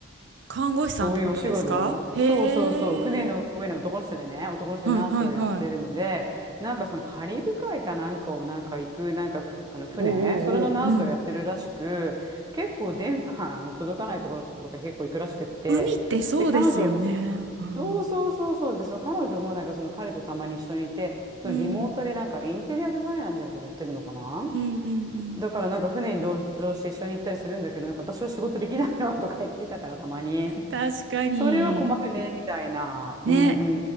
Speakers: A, on the right (about 65°); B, on the right (about 20°).
A: 看護師さんってことですかへえ。
B: そういうお仕事そうそうそう。船の上の男の人でね、男の人でナースをやってるので、
A: うんはいはい。
B: なんかそのカリブ海かなんかをなんか行く、なんかふ、あの船、
A: おうおうおう。
B: それのナースをやってるらしく、
A: うん。
B: 結構電波の届かないところとか結構行くらしくって、
A: 海ってそうですよね。
B: で、彼女も、
A: うん。
B: そうそうそうそうで、その彼女もなんかその彼とたまに一緒にいて、そのリモートでなんかインテリアデザイナーみたいなことやってるのかな
A: うん。うんうんうん。
B: だからなんか船に同乗して一緒に行ったりするんだけど、なんか私は仕事できないなとか言ってたからたまに。
A: 確かに。
B: それは困るね、みたいな。
A: ね、
B: うんう